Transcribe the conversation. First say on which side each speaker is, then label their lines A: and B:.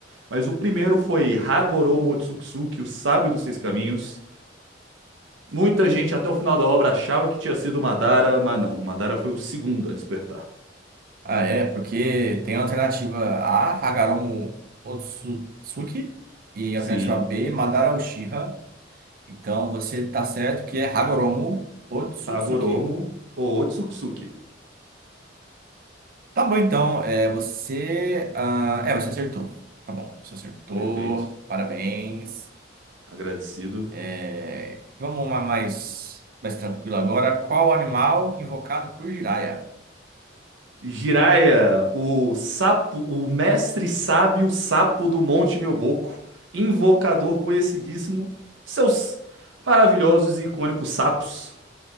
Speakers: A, on the right; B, on the right.
A: Mas o primeiro foi Hagoro Motsutsuki, o sábio dos seis caminhos. Muita gente até o final da obra achava que tinha sido o Madara, mas não. O Madara foi o segundo a despertar.
B: Ah, é, porque tem a alternativa A, Hagoromo Otsutsuki, e
A: Sim,
B: a alternativa B, Madara Uchiha. Então você tá certo que é Hagoromo Otsutsuki.
A: Hagoromo ou Otsutsuki.
B: Tá bom, então, é, você. ah, é, você acertou. Tá bom, você acertou,
A: Perfeito.
B: parabéns.
A: Agradecido.
B: É, vamos uma mais, mais tranquila agora. Qual animal invocado por Jiraiya?
A: Jiraiya, o sapo, o mestre sábio sapo do Monte Mioboco, invocador conhecidíssimo, seus maravilhosos e icônicos sapos